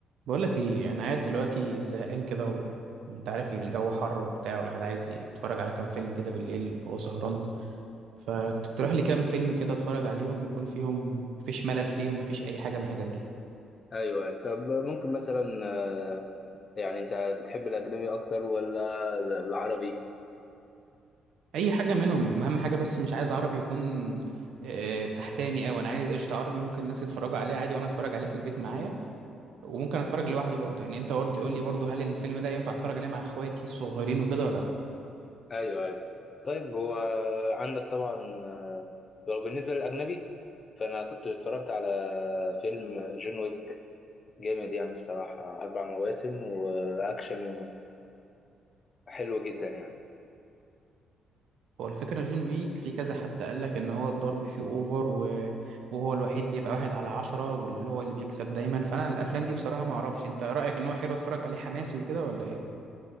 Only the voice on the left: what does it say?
ايوه طب ممكن مثلا آه، يعني انت بتحب الاجنبي اكتر ولا العربي
ايوه ايوه طيب هو عندك طبعا آه، لو بالنسبه للاجنبي فانا كنت اتفرجت على فيلم جون ويك جامد يعني الصراحه اربع مواسم واكشن حلو جدا يعني